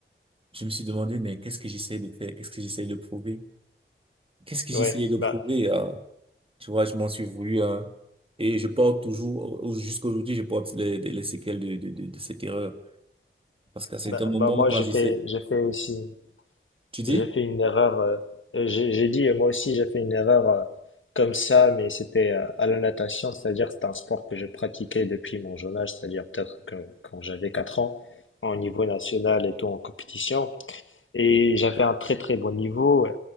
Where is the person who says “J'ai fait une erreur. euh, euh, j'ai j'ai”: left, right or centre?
Left